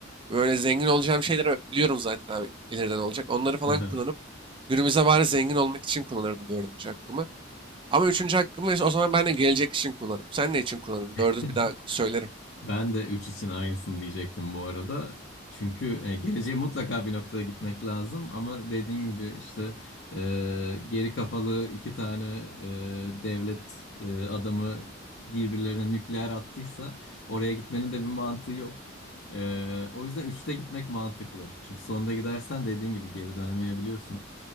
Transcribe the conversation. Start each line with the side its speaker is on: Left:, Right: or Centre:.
Right: Böyle zengin olacağım şeyleri biliyorum zaten abi ileriden olacak. Onları falan
Left: hı.
Right: kullanıp günümüze bari zengin olmak için kullanırdım dördüncü hakkımı. Ama üçüncü hakkımı o zaman ben de gelecek için kullanayım. Sen ne için kullanırdın?
Left: <laughs>
Right: Dördü bir daha söylerim.
Left: Ben de 3 için aynısını diyecektim bu arada. Çünkü e, geleceğe mutlaka bir noktada gitmek lazım ama dediğin gibi işte e, geri kafalı iki tane e, devlet e, adamı birbirlerine nükleer attıysa oraya gitmenin de bir mantığı yok. E, o yüzden üçte gitmek mantıklı. Çünkü sonda gidersen dediğin gibi geri dönemeyebiliyorsun.